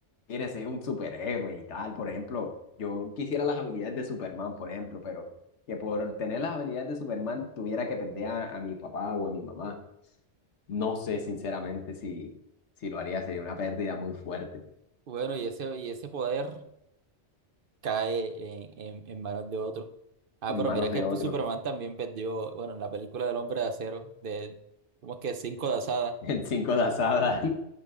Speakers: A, on the left; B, on the right.
A: quiere ser un superhéroe y tal, por ejemplo, yo quisiera las habilidades de Superman, por ejemplo, pero que por tener las habilidades de Superman tuviera que perder a, a mi papá o a mi mamá. No sé, sinceramente, si, si lo haría, sería una pérdida muy fuerte
B: Bueno, y ese, y ese poder cae en, en, en manos de otro. Ah,
A: en
B: pero
A: manos
B: mira
A: de
B: que pues,
A: otro.
B: Superman también perdió, bueno, en la película del Hombre de Acero, de como que cinco de asada,
A: <laughs> El cinco de asada.